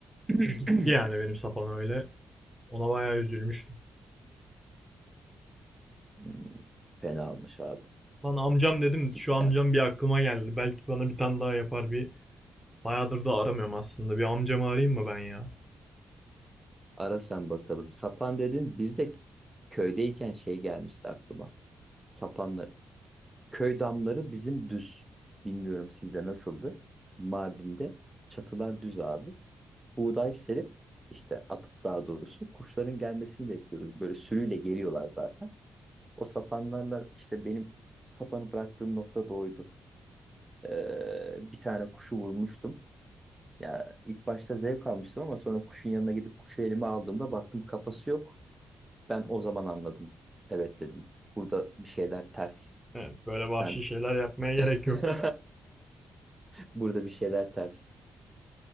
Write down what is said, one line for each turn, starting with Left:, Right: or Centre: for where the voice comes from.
Right: <clears throat>
Centre: Gitti yani benim sapan öyle. Ona bayağı üzülmüştüm.
Right: Hmm, Fena olmuş abi.
Centre: Lan amcam dedim
Right: Cidden.
Centre: şu amcam bir aklıma geldi. Belki bana bir tane daha yapar bir. Bayağıdır da aramıyorum aslında. Bir amcamı arayayım mı ben ya?
Right: Ara sen bakalım. Sapan dedin. Biz de köydeyken şey gelmişti aklıma. Sapanları. Köy damları bizim düz. Bilmiyorum sizde nasıldı. Mardin'de çatılar düz abi. Buğday serip işte atıp daha doğrusu kuşların gelmesini bekliyoruz. Böyle sürüyle geliyorlar zaten. O sapanlarla işte benim sapanı bıraktığım nokta da oydu. Ee, bir tane kuşu vurmuştum. Ya ilk başta zevk almıştım ama sonra kuşun yanına gidip kuşu elime aldığımda baktım kafası yok. Ben o zaman anladım. Evet dedim. Burada bir şeyler ters.
Centre: Evet, böyle
Right: Sen
Centre: vahşi şeyler yapmaya gerek
Right: <laughs>
Centre: yok.
Right: burada bir şeyler ters.